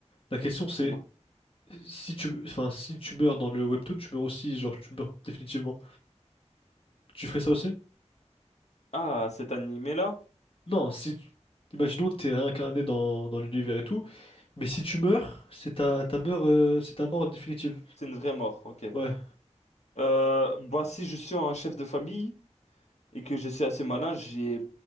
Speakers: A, on the left; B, on the left.
A: La question c'est,
B: Dis-moi.
A: si tu, enfin, si tu meurs dans le webtoon, tu meurs aussi, genre tu meurs définitivement. Tu ferais ça aussi?
B: Ah, cet animé-là,
A: Non, si tu... Imaginons que t'es réincarné dans, dans l'univers et tout, mais si tu meurs, c'est ta, ta mort, euh, c'est ta mort définitive.
B: c'est une vraie mort, ok.
A: Ouais,
B: Euh, bah, si je suis un chef de famille et que je suis assez malin, j'ai...